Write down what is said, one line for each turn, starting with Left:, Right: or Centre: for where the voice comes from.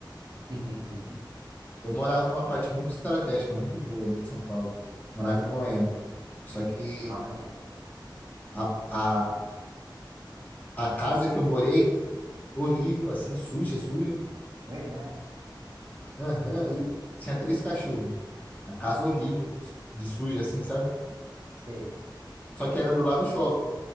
Right: <laughs>
Left: Eu morava numa parte muito estratégica, muito boa ali de São Paulo. Morava
Right: Ah,
Left: em Moema. Só que
Right: olha,
Left: a, a, a casa que eu morei, horrível, assim, suja, suja.
Right: verdade.
Left: Aham, e o- tinha três cachorros. A casa horrível, de suja, assim, sabe?
Right: Sei.
Left: Só que era do lado do shopping